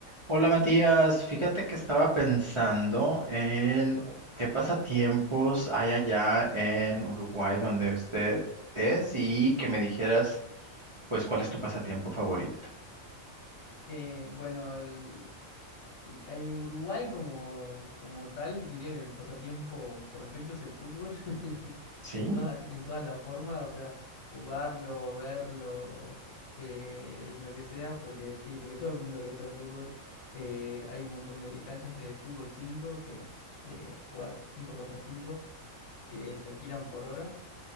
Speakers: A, on the right; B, on the left.
A: Hola Matías, fíjate que estaba pensando en qué pasatiempos hay allá en Uruguay donde usted es y que me dijeras pues cuál es tu pasatiempo favorito,
B: Eh, bueno, el, en Uruguay como, como tal, diría que el pasatiempo por defecto es el fútbol, <laughs>
A: ¿sí?
B: en toda, en todas las formas, o sea, jugarlo, verlo, eh, lo que sea, porque sí, porque a todo el mundo le gusta el fútbol. Eh, hay un montón de canchas de fútbol 5 que es eh, jugar 5 contra 5 que se alquilan por hora.